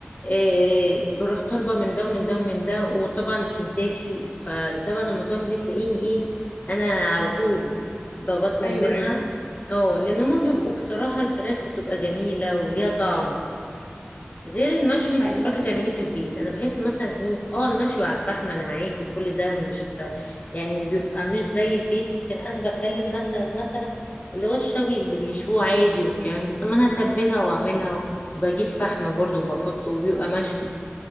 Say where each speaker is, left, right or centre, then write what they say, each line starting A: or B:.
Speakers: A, on the left (about 40°); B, on the left (about 65°).
A: إيه بروح طالبه من ده ومن ده ومن ده وطبعا كنتاكي فطبعا المطاعم دي تلاقيني ايه انا على طول ب- بطلب
B: ايوه
A: منها
B: ايوه
A: اه لان هما بيبقوا بصراحه الفراخ بتبقى جميله وليها طعم غير المشوي انت
B: ايوه
A: بتعرفي تعمليه في البيت انا بحس مثلا ايه اه المشوي على الفحم انا معاكي وكل ده مش يعني بيبقى مش زي البيت لكن انا بتكلم مثلا مثلا اللي هو الشوي اللي بيشوه عادي والكلام ده طب ما انا اتبلها واعملها وبجيب فحم برضه وبحطه وبيبقى مشوي